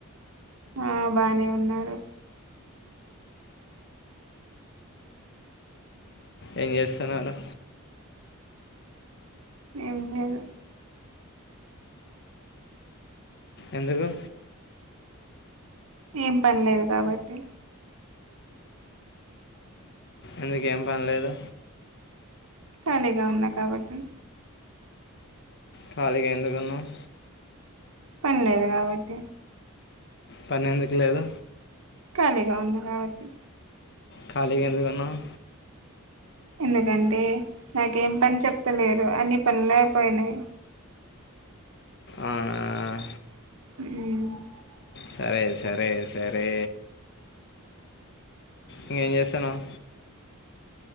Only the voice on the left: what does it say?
ఏం చెస్తున్నారు
ఎందుకు
ఎందుకు ఏం పనిలేదు
ఖాళీగా ఎందుకు ఉన్నావ్
పని ఎందుకు లేదు
ఖాళీగా ఎందుకున్నావ్
ఆ ఆ
సరే సరే సరే ఇంకేం చేస్తునవ్